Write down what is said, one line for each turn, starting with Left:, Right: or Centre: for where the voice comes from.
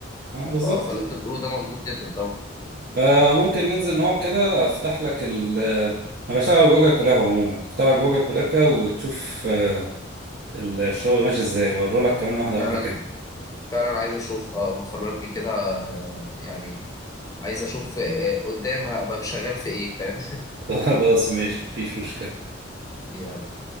Right: اه بالظبط
Left: فأه فاللي أنت بتقوله ده مظبوط جدا طبعا
Right: فممكن ننزل نقعد كده افتح لك ال انا بشتغل جوجل كولاب عموما افتح لك جوجل كولاب كده وتشوف آه، الشغل ماشي ازاي واوري لك كمان واحده
Left: فعلا
Right: واحده كده
Left: فعلا عايز أشوف أه بفرجني كده آه، يعني عايز أشوف آه، قدام هبقى شغال في إيه فاهم
Right: <laughs> خلاص ماشي مفيش مشكله
Left: <laughs>